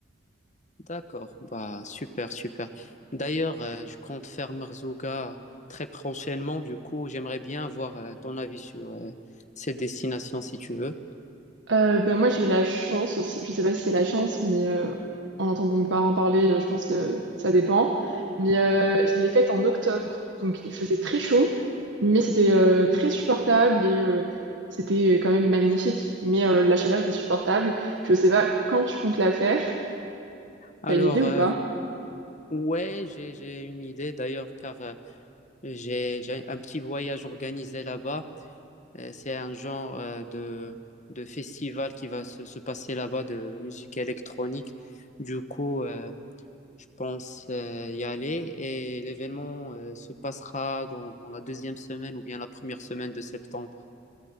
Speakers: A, on the left; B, on the right.
A: D'accord, bah super, super. D'ailleurs, euh, je compte faire Merzouga très prochainement. Du coup, j'aimerais bien avoir euh, ton avis sur euh, cette destination si tu veux.
B: Euh, ben, moi, j'ai eu la chance aussi, je sais pas si c'est la chance, mais euh, en entendant mes parents parler, euh, je pense que ça dépend. Mais euh, je l'ai faite en octobre, donc il faisait très chaud, mais c'était euh, très supportable et euh, c'était quand même magnifique. Mais euh, la chaleur était supportable. Je sais pas quand tu comptes la faire,
A: Alors,
B: t'as une idée ou
A: euh,
B: pas?
A: ouais, j'ai j'ai une idée d'ailleurs car euh, J'ai, j'ai un petit voyage organisé là-bas. Euh, C'est un genre euh, de, de festival qui va se, se passer là-bas de musique électronique. Du coup, euh, je pense euh, y aller et l'événement euh, se passera dans, dans la deuxième semaine ou bien la première semaine de septembre.